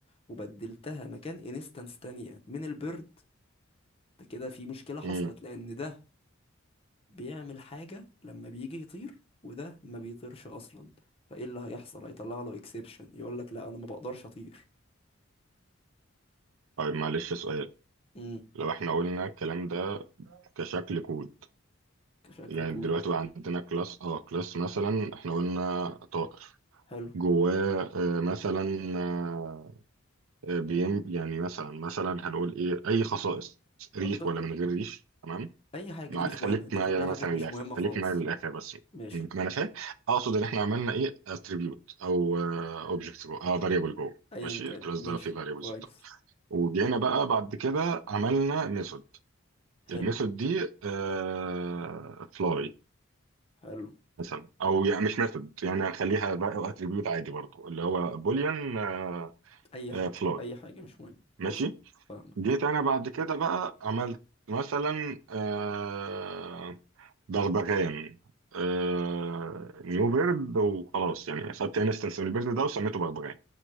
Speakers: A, on the left (about 25°); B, on the right (about 75°).
A: وبدلتها مكان انستنس تانية من البرد ده كده في مشكلة حصلت
B: امم
A: لأن ده بيعمل حاجة لما بيجي يطير وده ما بيطيرش أصلا فإيه اللي هيحصل هيطلع له اكسبشن يقول لك لا أنا ما بقدرش أطير
B: طيب معلش سؤال
A: امم
B: لو احنا قلنا الكلام ده كشكل كود
A: كشكل
B: يعني
A: كود
B: دلوقتي بقى عندنا كلاس اه كلاس مثلا احنا قلنا طائر
A: حلو
B: جواه آه، مثلا آه، آه، بيم يعني مثلا مثلا هنقول ايه اي خصائص ريش
A: ب...
B: ولا من غير ريش تمام
A: أي حاجة
B: مع
A: دي مش
B: خليك
A: مهمة دي
B: معايا
A: كلها حاجات
B: مثلا
A: مش
B: للاخر
A: مهمة خالص
B: خليك معايا للاخر بس
A: ماشي
B: ما انا فاهم اقصد ان احنا عملنا ايه اتريبيوت او اوبجكت جوه اه فاريبل جوه
A: ايا
B: ماشي
A: كان
B: الكلاس
A: ماشي
B: ده فيه فاريبلز
A: كويس
B: بتاعته وجينا بقى بعد كده عملنا ميثود
A: حلو
B: الميثود دي آه فلاي
A: حلو
B: مثلا او يعني مش ميثود يعني هنخليها بقى اتريبيوت عادي برضو اللي هو بوليان آه،
A: اي حاجه
B: فلور
A: اي حاجه مش مهم
B: ماشي
A: ماشي فاهمك
B: جيت انا بعد كده بقى عملت مثلا آه، بغبغان آه، نيو بيرد وخلاص يعني خدت انستنس من البيرد ده وسميته بغبغان